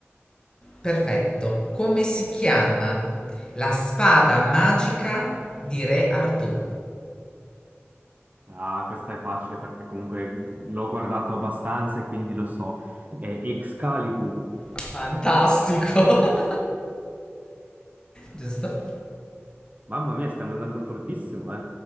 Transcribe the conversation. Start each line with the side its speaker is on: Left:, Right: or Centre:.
Left: perfetto. Come si chiama la spada magica di Re Artù?
Right: Ah, questa è facile perché comunque l'ho guardato abbastanza e quindi lo so. È Excalibur.
Left: Fantastico. <laughs> Giusto?
Right: Mamma mia, stiamo andando fortissimo, eh.